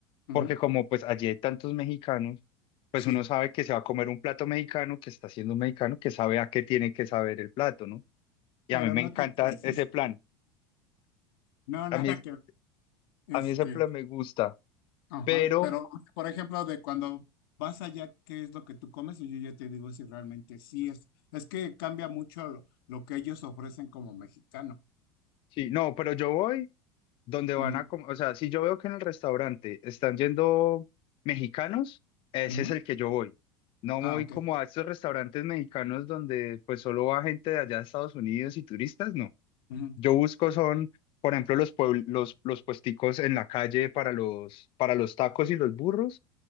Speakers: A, on the left; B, on the left.
A: ujú,
B: porque como pues allí hay tantos mexicanos, pues
A: sí,
B: uno sabe que se va a comer un plato mexicano, que está siendo un mexicano, que sabe a qué tiene que saber el plato, ¿no? Y
A: pero
B: a mí me
A: no
B: encanta
A: te crees.
B: ese plan.
A: <laughs> No,
B: A
A: nada
B: mí,
A: que ver. Este,
B: a mí ese plan me gusta.
A: ajá,
B: Pero,
A: pero por ejemplo, de cuando vas allá, ¿qué es lo que tú comes? Y yo ya te digo si realmente sí es. Es que cambia mucho lo, lo que ellos ofrecen como mexicano.
B: sí, no, pero yo voy. donde van
A: Ujú,
B: a, com- o sea, si yo veo que en el restaurante están yendo mexicanos, ese
A: ujú.
B: es el que yo voy. No
A: Ah,
B: voy
A: ok.
B: como a estos restaurantes mexicanos donde pues solo va gente de allá de Estados Unidos y turistas, no.
A: Ujú.
B: Yo busco son, por ejemplo, los puebl- los, los puesticos en la calle para los, para los tacos y los burros.